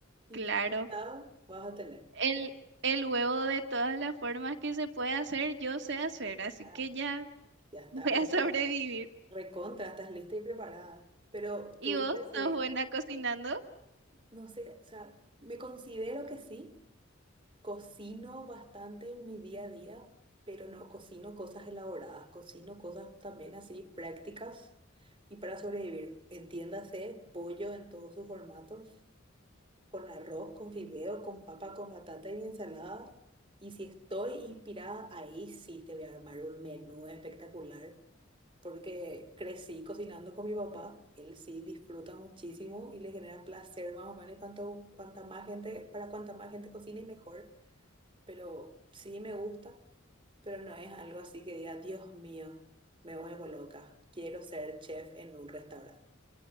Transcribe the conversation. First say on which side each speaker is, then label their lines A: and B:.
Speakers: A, on the right; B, on the right.
A: y
B: Claro.
A: pan tostado vas a tener.
B: El, el huevo de todas las formas que se puede hacer, yo sé hacer. Así
A: Ah,
B: que ya
A: ya
B: <laughs>
A: estás
B: voy a
A: listo.
B: sobrevivir.
A: Recontra, estás lista y preparada. Pero
B: ¿Y
A: tuviste
B: vos
A: ese,
B: sos buena cocinando?
A: no sé, o sea, me considero que sí, cocino bastante en mi día a día, pero no cocino cosas elaboradas, cocino cosas también así prácticas y para sobrevivir. Entiéndase, pollo en todos sus formatos, con arroz, con fideo, con papa, con batata y ensalada. Y si estoy inspirada, ahí sí te voy a armar un menú espectacular porque crecí cocinando con mi papá. Él sí disfruta muchísimo y le genera placer más o menos. Y cuanto, cuanta más gente, para cuanta más gente cocine, mejor. Pero sí me gusta, pero no es algo así que diga, Dios mío, me vuelvo loca. Quiero ser chef en un restaurante.